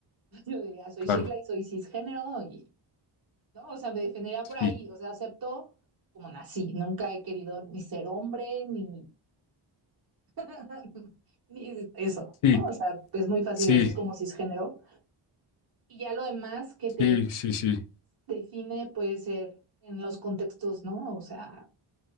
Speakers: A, on the right; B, on the left.
A: <laughs> Yo diría, soy
B: claro,
A: Sheila y soy cisgénero y, ¿no? O sea, me definiría
B: sí,
A: por ahí, o sea, acepto como nací, nunca he querido ni ser hombre, ni, <laughs> ni eso,
B: sí,
A: ¿no? O sea, es muy fácil
B: sí,
A: decir como cisgénero. Y ya lo demás que te
B: sí,
A: de-
B: sí, sí.
A: define puede ser en los contextos, ¿no? O sea,